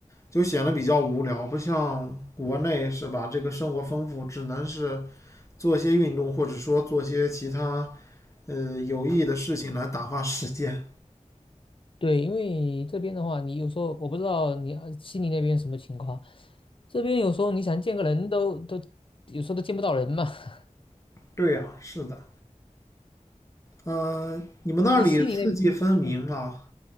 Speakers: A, on the left; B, on the left.
A: 就显得比较无聊，不像国内是吧？这个生活丰富，只能是做些运动，或者说做些其他呃有意义的事情来打发时间。
B: 对，因为这边的话，你有时候我不知道你啊悉尼那边什么情况，这边有时候你想见个人都都有时候都见不到人嘛。<laughs>
A: <laughs> 对呀，是的，嗯、你们那里四季分明啊？
B: 你悉尼那边，嗯，